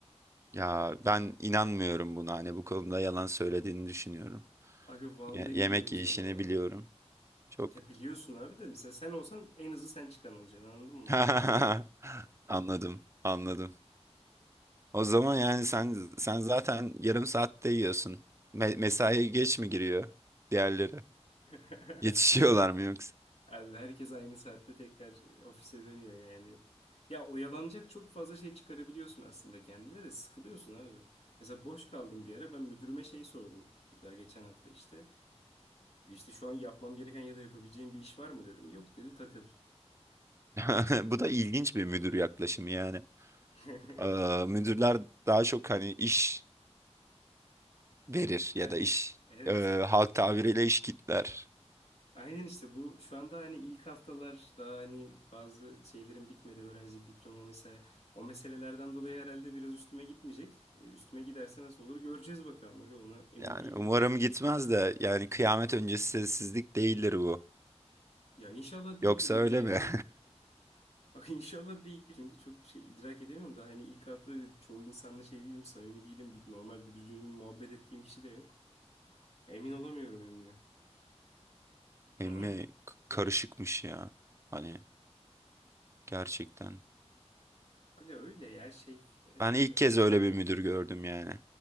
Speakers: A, on the right; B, on the left.
A: Ya ben inanmıyorum buna hani bu konuda yalan söylediğini düşünüyorum.
B: Aga vallahi
A: Ye- yemek
B: diyorum
A: yiyişini
B: sana ya.
A: biliyorum. Çok
B: Ya biliyorsun abi de mesela sen olsan en hızlı sen çıkan olacaksın anladın mı?
A: <laughs> anladım anladım. O zaman yani sen sen zaten yarım saatte yiyorsun. Me mesaiye geç mi giriyor diğerleri?
B: <laughs>
A: Yetişiyorlar mı
B: <laughs> <laughs>
A: yoksa?
B: Abi herkes aynı saatte tekrar e, ofise dönüyor yani. Ya oyalanacak çok fazla şey çıkarabiliyorsun aslında kendine de sıkılıyorsun abi. Mesela boş kaldım bir ara ben müdürüme şey sordum. Daha geçen hafta işte. İşte şu an yapmam gereken ya da yapabileceğim bir iş var mı dedim. Yok dedi takıl.
A: <laughs> Bu da ilginç bir müdür yaklaşımı yani.
B: <laughs>
A: Ee, müdürler daha çok hani iş verir ya
B: Evet,
A: da iş
B: evet.
A: e, halk tabiriyle iş kitler.
B: Aynen işte bu şu anda hani ilk haftalar daha hani bazı şeylerin bitmedi öğrencilik diploma mesela o meselelerden dolayı herhalde biraz üstüme gitmeyecek. E, Üstüme giderse nasıl olur göreceğiz bakalım. Ona emin
A: Yani
B: değilim
A: umarım
B: yani.
A: gitmez de yani kıyamet öncesi sessizlik değildir bu.
B: Ya inşallah değildir
A: Yoksa
B: aga
A: öyle
B: yani.
A: mi?
B: <laughs> Aga inşallah değil. Çünkü çok şey idrak edemiyorum da hani ilk hafta bir çoğu insanla şey değilim, samimi değilim. Bir normal düzgün muhabbet ettiğim kişi de yok. Emin olamıyorum emmim.
A: <laughs> Emmi
B: <clears throat>
A: k- karışıkmış ya. Hani gerçekten.
B: Aga öyle ya şey e,
A: Ben ilk kez öyle bir müdür gördüm yani.